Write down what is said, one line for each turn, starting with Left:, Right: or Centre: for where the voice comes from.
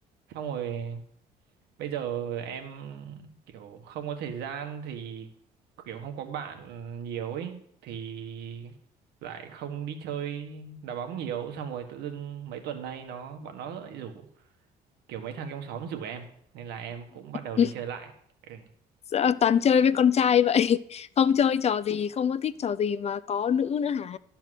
Right: xong rồi bây giờ em kiểu không có thời gian thì kiểu không có bạn nhiều ấy thì lại không đi chơi đá bóng nhiều xong rồi tự dưng mấy tuần nay nó bọn nó lại rủ kiểu mấy thằng trong xóm rủ em nên là em cũng bắt đầu
Left: Ừ,
Right: đi chơi lại ừ.
Left: dạ, toàn chơi với con trai vậy. <laughs> Không chơi trò gì, không có thích trò gì mà có nữ nữa hả?